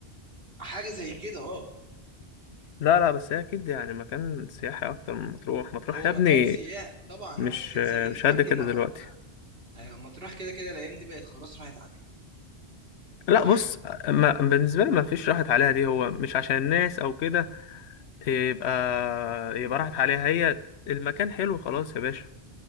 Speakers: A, on the right (about 60°); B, on the left (about 80°).
A: حاجه زي كده اه
B: لا لا بس هي اكيد يعني مكان سياحي اكتر من مطروح مطروح
A: هو
B: يا ابني
A: مكان سياحي طبعا
B: مش
A: هو مكان سياحي
B: مش
A: يا
B: قد
A: ابني
B: كده
A: ما
B: دلوقتي
A: ايوه مطروح كده كده الايام دي بقت خلاص راحت عليها
B: لا
A: فاهم
B: بص ما بالنسبه لي ما فيش راحت عليها دي هو مش عشان الناس او كده يبقى يبقى راحت عليها هي المكان حلو خلاص يا باشا